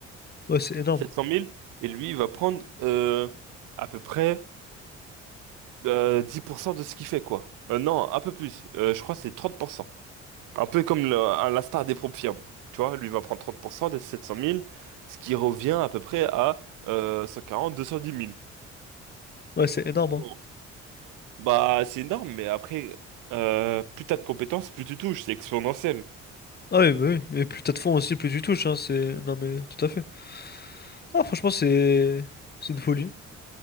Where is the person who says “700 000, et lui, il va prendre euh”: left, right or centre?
Right